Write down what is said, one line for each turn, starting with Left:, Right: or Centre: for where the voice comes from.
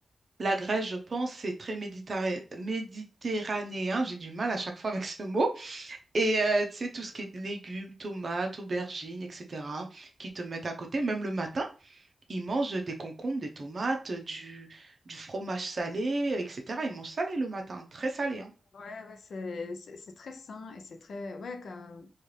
Right: la Grèce, je pense, c'est très méditerra- méditerranéen. J'ai du mal à chaque fois avec ce mot. Et euh, tu sais, tout ce qui est légumes, tomates, aubergines, etc., qui te mettent à côté, même le matin, ils mangent des concombres, des tomates, du, du fromage salé, etc. Ils mangent salé le matin, très salé, hein.
Left: Ouais, ouais, c'est c'est- c'est très sain et c'est très ouais comme-